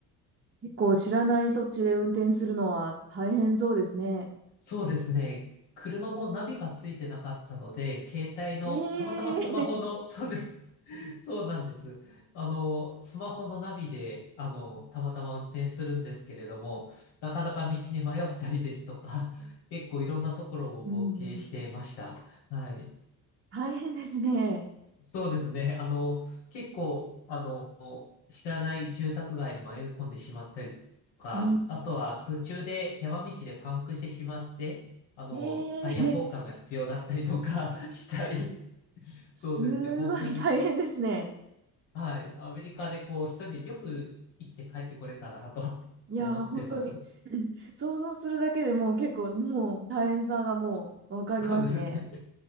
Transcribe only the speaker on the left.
そうですね。車もナビがついてなかったので、携帯の、
たまたまスマホの、
そうです。そうなんです。あの、スマホのナビで、あの、たまたま運転するんですけれども、なかなか道に迷ったりですとか、<laughs> 結構いろんなところを冒険してました。
はい。
そうですね。あの、結構、あの、知らない住宅街に迷い込んでしまったりとか、
あとは途中で山道でパンクしてしまって、あの、
タイヤ交換が必要だったりとか <laughs> したり、
そうですね。
本当に。はい。アメリカでこう、一人でよく生きて帰ってこれたなと <laughs>
思ってます。
<laughs> そうですね。